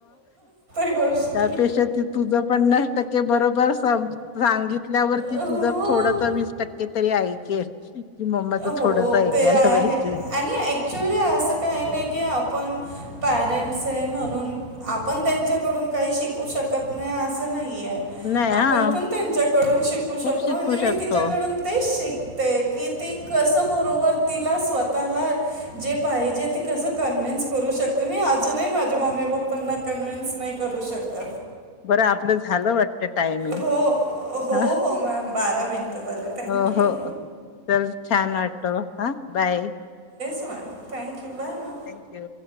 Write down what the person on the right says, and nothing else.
गोष्टी
हो
हो
ते आहे
आणि ऍक्च्युली असं काही नाही की आपण पॅरेंट्स. म्हणून आपण त्यांच्याकडून काही शिकू शकत नाही असं नाही.
आपण
पण त्यांच्याकडून शिकू शकतो
आणि मी
तिच्याकडून ते शिकले. पैकी ते कसं बरोबर तिला स्वतःला जे पाहिजे ते कसं कन्व्हेन्स करू शकते. मी अजूनही माझ्या मम्मी पप्पांना कन्व्हेन्स नाही करू शकत.
हो हो
हो मॅम बारा मिनटं झाले थँक्यू
ह thank you bye ma'am